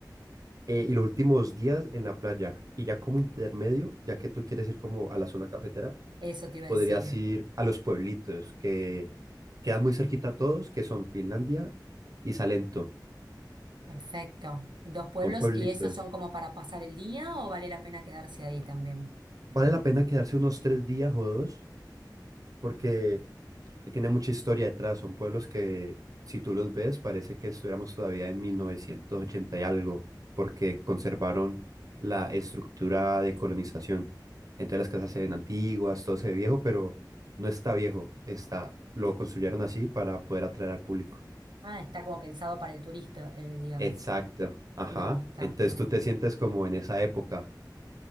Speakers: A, on the right; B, on the right.
A: eh, y los últimos días en la playa y ya como intermedio, ya que tú quieres ir como a la zona cafetera
B: Eso te iba
A: podrías
B: a decir.
A: ir a los pueblitos que quedan muy cerquita a todos, que son Finlandia y Salento.
B: Perfecto. Dos pueblos,
A: Son pueblitos.
B: ¿y esos son como para pasar el día o vale la pena quedarse ahí también?
A: Vale la pena quedarse unos tres días o dos porque tiene mucha historia detrás. Son pueblos que, si tú los ves, parece que estuviéramos todavía en 1980 y algo, porque conservaron la estructura de colonización. Entonces las casas se ven antiguas, todo se ve viejo, pero no está viejo. Está, lo construyeron así para poder atraer al público.
B: Ah, está como pensado para el turista, eh, digamos.
A: Exacto. Ajá.
B: Me gusta,
A: Entonces
B: me gusta.
A: tú te sientes como en esa época.